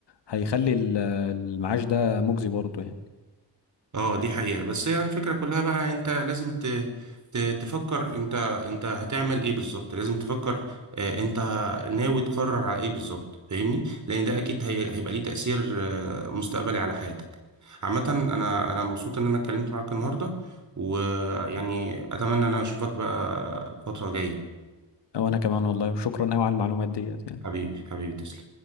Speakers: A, on the left; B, on the right.
A: هيخلي ال- المعاش ده مجزي برضه يعني
B: اه دي حقيقة بس هي يعني الفكرة كلها بقى انت لازم ت... ت... تفكر انت انت هتعمل ايه بالظبط لازم تفكر آه انت ناوي تقرر على ايه بالظبط فاهمني لان ده اكيد هي... هيبقى ليه تأثير آه مستقبلي على حياتك عامة انا انا مبسوط ان انا اتكلمت معاك النهاردة ويعني اتمنى ان انا اشوفك بقى فترة جاية
A: وانا كمان والله وشكرا قوي على المعلومات ديت يعني
B: حبيبي حبيبي تسلم